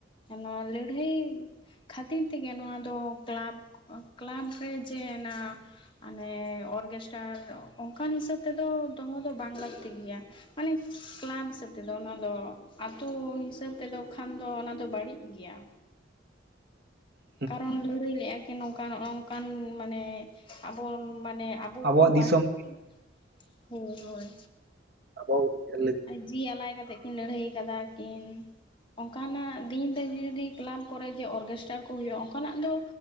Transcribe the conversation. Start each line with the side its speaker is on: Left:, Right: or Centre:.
Left: ᱱᱚᱣᱟ ᱞᱟᱹᱲᱦᱟᱹᱭ ᱠᱷᱟᱹᱛᱤᱨ ᱛᱮᱜᱮ ᱱᱚᱣᱟ ᱫᱚ ᱠᱞᱟᱵᱽ ᱠᱞᱟᱵᱽ ᱨᱮ ᱡᱮ ᱚᱱᱟ ᱢᱟᱱᱮ ᱚᱨᱜᱮᱥᱴᱟᱨ ᱚᱱᱠᱟᱱ ᱦᱤᱥᱟᱹᱵ ᱛᱮᱫᱚ ᱫᱚᱦᱚ ᱫᱚ ᱵᱟᱝ ᱞᱟᱹᱠᱛᱤ ᱜᱮᱭᱟ᱾ ᱢᱟᱱᱮ ᱠᱞᱟᱵᱽ ᱦᱤᱥᱟᱹᱵ ᱛᱮᱫᱚ ᱚᱱᱟ ᱫᱚ ᱟᱹᱛᱩ ᱦᱤᱥᱟᱹᱵ ᱛᱮᱫᱚ ᱠᱷᱟᱱ ᱫᱚ ᱚᱱᱟ ᱫᱚ ᱵᱟᱹᱲᱤᱡ ᱜᱮᱭᱟ᱾
Right: <inaudible>
Left: ᱠᱟᱨᱚᱱ ᱞᱟᱹᱲᱟᱹᱭ ᱞᱮᱫᱼᱟ ᱠᱤ ᱱᱚᱝᱠᱟ ᱱᱚᱜ ᱱᱚᱝᱠᱟᱱ ᱢᱟᱱᱮ ᱟᱵᱚᱱ ᱢᱟᱱᱮ
Right: ᱟᱵᱚᱣᱟᱜ
Left: ᱵᱟᱝ
Right: ᱫᱤᱥᱚᱢ
Left: ᱪᱚᱝ ᱦᱳᱭ ᱦᱳᱭ
Right: ᱟᱵᱚ <unintelligible>
Left: ᱡᱤᱣᱤ ᱟᱞᱟᱭ ᱠᱟᱛᱮᱫ ᱠᱤᱱ ᱞᱟᱹᱲᱦᱟᱹᱭ ᱠᱟᱫᱟ ᱠᱤᱱ᱾ ᱚᱱᱠᱟᱱᱟᱜ ᱫᱤᱱ ᱨᱮ ᱡᱩᱫᱤ ᱠᱞᱟᱵᱽ ᱠᱚᱨᱮ ᱡᱮ ᱚᱨᱜᱮᱥᱴᱟᱨ ᱠᱚ ᱦᱩᱭᱩᱜᱼᱟ, ᱚᱱᱠᱟᱱᱟᱜ ᱫᱚ